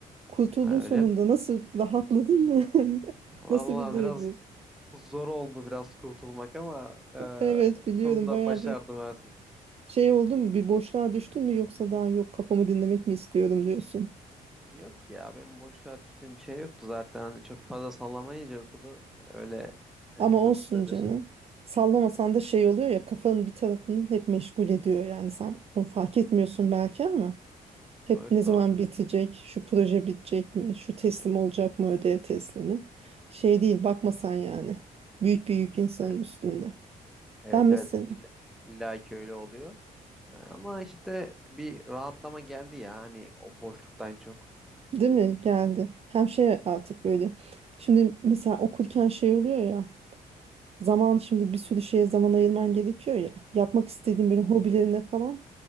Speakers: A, on the right (about 40°); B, in the centre.
A: kurtuldun
B: Ha, öyle
A: sonunda
B: mi?
A: nasıl rahatladın mı? <laughs>
B: Vallahi
A: Nasıl bir duygu?
B: biraz zor oldu biraz kurtulmak ama e,
A: Evet biliyorum
B: sonunda
A: baya
B: başardım
A: bir
B: evet.
A: şey oldu mu bir boşluğa düştün mü yoksa daha yok kafamı dinlemek mi istiyorum diyorsun.
B: Yok ya benim boşluğa düştüğüm bir şey yoktu zaten. Hani çok fazla sallamayınca okulu öyle e,
A: Ama olsun
B: nasıl denir?
A: canım. Sallamasan da şey oluyor ya kafanın bir tarafının hep meşgul ediyor yani sen onu fark etmiyorsun belki ama. Hep
B: Doğru
A: ne zaman
B: doğru.
A: bitecek, şu proje bitecek mi, şu teslim olacak mı, ödev teslimi. Şey değil, bakma sen yani. Büyük bir yük insanın
B: E,
A: üstünde.
B: Evet
A: Ben mesela,
B: evet illa, illa ki öyle oluyor. Ama işte bir rahatlama geldi ya hani o boşluktan çok.
A: değil mi geldi. Hem şey artık böyle. Şimdi mesela okurken şey oluyor ya. Zaman şimdi bir sürü şeye zaman ayırman gerekiyor ya. Yapmak istediğin
B: Hı
A: böyle
B: hı.
A: hobilerine falan